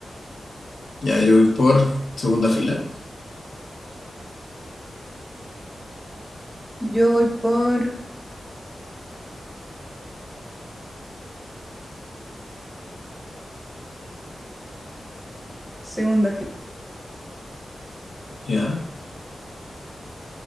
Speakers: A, on the left; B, in the centre.
A: Ya, yo voy por segunda fila.
B: Yo voy por segunda fila.
A: Ya.